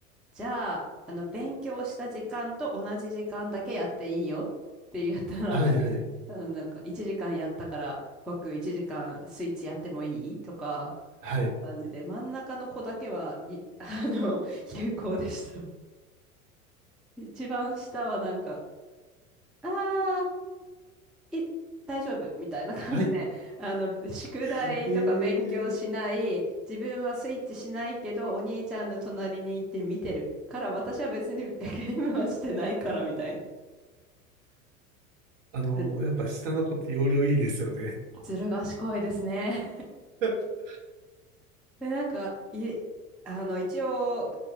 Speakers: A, in the centre; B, on the right.
A: じゃあ、あの、勉強した時間と同じ時間だけやっていいよって言ったら、
B: はい、
A: <laughs>
B: はい、
A: あのなんか1時間やったから僕1時間スイッチやってもいいとか、
B: はい、
A: そんな感じで、真ん中の子だけは、い、<laughs> あの、<laughs> 有効でした。一番下はなんか、あー、い、大丈夫みたいな感じで、
B: はい。
A: あの、宿題とか勉強しない、
B: えー
A: 自分はスイッチしないけど、お兄ちゃんの隣に行って見てるから、私は別にゲームはしてないからみたいな。
B: あの、
A: ず
B: やっぱ下の子って容量いいですよね。
A: ずる賢いですね。
B: <laughs>
A: で、なんか、い、あの、一応、